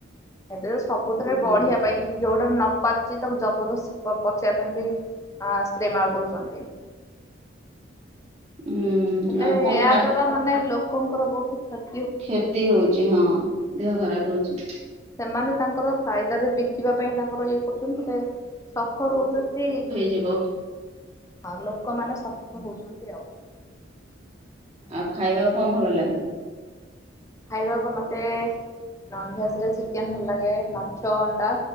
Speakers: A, on the left; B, on the right.
A: ଏବେ ତ ସବୁଥିରେ ବଢିବା ପାଇଁ ଯୋଉଟାରେ ନ ପାଚୁଛି ତାକୁ ଜବରଦସ୍ତ ପ ପଚେଇବା ପାଇଁ ବି ଉଁ ସ୍ପ୍ରେ ମାରି ଦଉଛନ୍ତି।
B: ହୁଁ
A: ହେଲେ
B: ଆଉ କଣ
A: ଏହା
B: ଖା
A: ଦ୍ଵାରା ମାନେ ଲୋକଙ୍କର ବହୁତ କ୍ଷତ୍
B: କ୍ଷତି ହଉଛି ହଁ ଦେହ ଖରାପ ହଉଛି।
A: ସେମାନେ ତାଙ୍କର ଫାଇଦାରେ ବିକିବା ପାଇଁ ତାଙ୍କର ଇଏ କରୁଛନ୍ତି ଯେ ସଫର ହଉଛନ୍ତି
B: ଯିବ
A: ହଁ ଲୋକମାନେ ସଫର ହଉଛନ୍ତି ଆଉ।
B: ଆଉ ଖାଇବାକୁ କଣ ଭଲ ଲାଗେ?
A: ଖାଇବାକୁ ମୋତେ ନନଭେଜରେ ଚିକେନ। ଭଲ ଲାଗେ ମାଛ, ଅଣ୍ଡା,